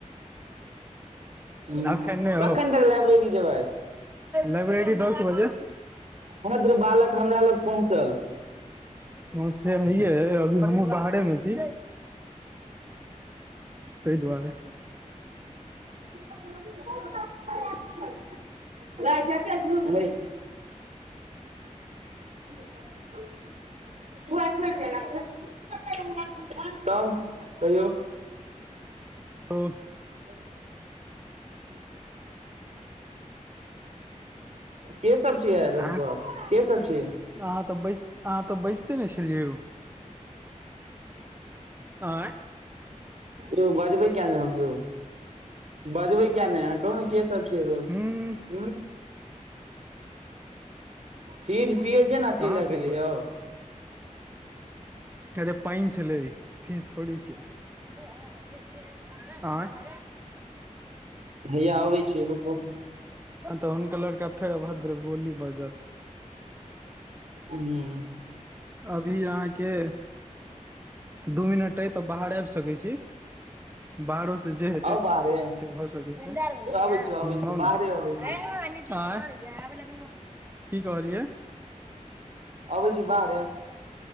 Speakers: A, on the right; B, on the right.
A: हूँ,
B: अखैन नओ
A: कखन तक लाइब्रेरी जेबै
B: लाइब्रेरी दस बजे
A: भ्रदर बालक हमरा लग पहुँचल
B: ह से हैया अई हमूँ बाहरेमे छी तहि दुआरे
A: <unintelligible> गाए कटे झुत
B: <inaudible>
A: <unintelligible> तब कहियौ।
B: हेलो।
A: <unintelligible> के सभ छियै
B: अहाँ
A: रोड पर के सभ छियै
B: अहाँ तऽ बैस अहाँ तऽ बैजते ने छलियै यौ। <unintelligible> अ
A: यौ बजबै किया नहि हम यौ बजबै किया नहि कहू ने कि। के सभ छिये रोड
B: हूँ
A: पर फीज पियए छै, ने अकेले
B: कहाँ
A: अकेले
B: छै कोइ
A: यौ?
B: अरे पानि छलै फीस। थोड़ी छियै आय
A: हैया अबै छियै रुकु।
B: तऽ हुनका लड़का फेर, अभद्र बोली बजत।
A: ह।
B: अभी अहाँकेँ। दू मिनट अइ तऽ बाहर आबि सकै छी। बाहरो से जे हेतैसे
A: आउ बाहरे
B: भए सकै छै।
A: अबै छी अबै छी बाहरे अबै छी
B: आए की कहलियै?
A: अबै छी बाहरे।